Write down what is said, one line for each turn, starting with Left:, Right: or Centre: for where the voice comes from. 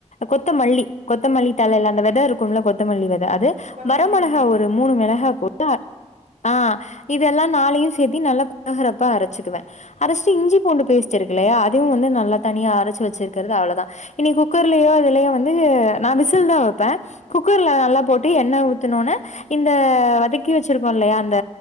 Left: கொத்தமல்லி கொத்தமல்லி தழ
Right: ஆ
Left: இல்ல அந்த வெத இருக்கும்ல கொத்தமல்லி வெத அது
Right: கொத்தமல்லி
Left: வர மொளகா
Right: விதை
Left: ஒரு மூணு மெளகா போட் த ஆ இதெல்லா நாலையு சேத்தி நல்லா குலகரப்பா அரச்சுக்குவே அரச்டு இஞ்சி புண்டு பே பேஸ்டு இருக்குல்லயா அதுவு வந்து நல்லா தனியா அரச்சு வச்சிருக்றது அவ்ளோதா இனி குக்கர்லயோ இதுலயோ வந்து ந்து நா விசில் தா வைப்பே குக்கர்ல நல்லா போட் டு என்ன ஊத்துனோன
Right: ம்
Left: இந்த வதக்கி வச்சுருக் கோல்லயா அந்த